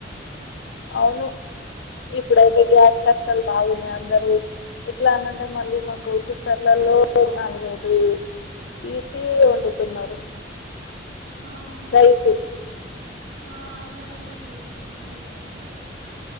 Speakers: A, on the left; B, on the right.
A: అవును. ఇప్పుడైతే గ్యాస్ కష్టాలు బాగున్నాయి. అందరూ, ఎట్ల అన్నంటే మళ్ళీ మా స్కూల్ కుక్కర్లలో నాలుగేసి ఏసీ వండుతున్నారు.
B: అవునవును.
A: రైస్
B: మా హాస్టల్ ఆంటీ కూడ తెచ్చింది రైస్ కుక్కర్.